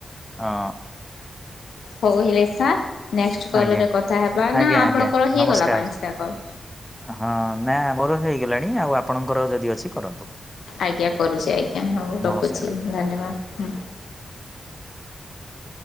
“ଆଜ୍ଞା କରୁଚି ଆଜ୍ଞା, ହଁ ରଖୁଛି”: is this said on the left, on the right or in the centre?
Left